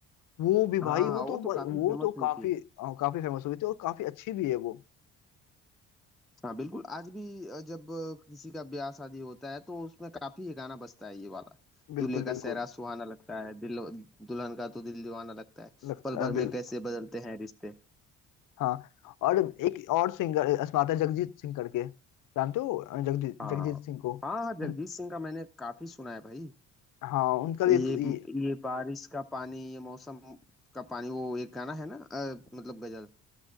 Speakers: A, on the left; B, in the centre.
A: वो भी
B: हाँ
A: भाई वो
B: हाँ वो
A: तो
B: तो काफी
A: वो
B: फेमस
A: तो
B: हुई
A: काफी
B: थी
A: अ, काफी फेमस हुई थी और काफी अच्छी भी है वो
B: हाँ बिल्कुल आज भी अ, जब अ, किसी का ब्याह शादी होता है तो उसमें काफी ये गाना बजता है ये वाला
A: बिल्कुल
B: दूल्हे का
A: बिल्कुल
B: सेहरा सुहाना लगता है दिल दुल्हन का तो दिल दीवाना लगता है
A: लगता
B: पल भर
A: है बिल्कुल
B: में कैसे बदलते हैं रिश्ते
A: हाँ और एक और सिंगर अस्माता जगजीत सिंह करके जानते हो जगजीत
B: हाँ
A: जगजीत
B: हाँ
A: सिंह को
B: हाँ, जगजीत
A: उन
B: सिंह का मैंने काफी सुना है भाई
A: हाँ उनका भी
B: ये
A: एक ये-
B: ये बारिश का पानी ये मौसम का पानी वो एक गाना है ना अ, मतलब गजल